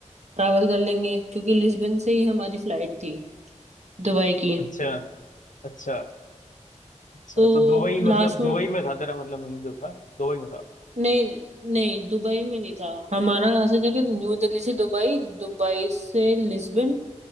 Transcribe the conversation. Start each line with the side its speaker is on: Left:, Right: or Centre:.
Right: ट्रैवल कर लेंगे क्योंकि लिस्बन से ही हमारी फ्लाइट थी दुबई की
Left: अच्छा अच्छा अच्छा
Right: तो
Left: तो दुबई मतलब
Right: लास्ट में
Left: दुबई में था तेरा मतलब मेन जो था दुबई में था
Right: नहीं नहीं दुबई में नहीं था हमारा यहाँ से जाकर न्यू दिल्ली से दुबई दुबई से लिस्बन